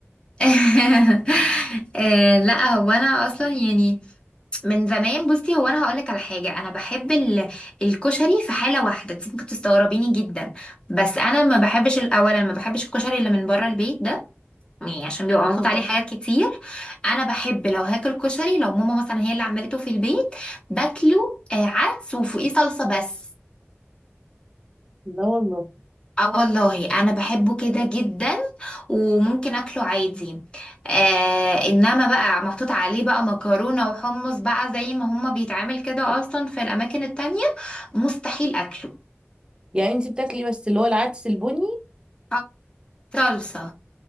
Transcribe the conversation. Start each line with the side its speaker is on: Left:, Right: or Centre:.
Left: <laughs> آه، لا هو انا اصلا يعني من زمان بصي هو انا هقولك على حاجه انا بحب ال- الكشري في حاله واحده انت ممكن تستغربيني جدا بس انا ما بحبش الاولا ما بحبش الكشري اللي من بره البيت ده يعني عشان بيبقى
Right: اه
Left: محطوط عليه حاجات كتير انا بحب لو هاكل كشري لو ماما مثلا هي اللي عملته في البيت باكله آه، عدس وفوقيه صلصه بس
Right: لا والله
Left: اه والله انا بحبه كده جدا وممكن اكله عادي آه انما بقى محطوط عليه بقى مكرونه وحمص بقى زي ما هما بيتعمل كده اصلا في الاماكن التانية مستحيل اكله
Right: يعني انت بتاكلي بس اللي هو العدس البني
Left: آه، صلصه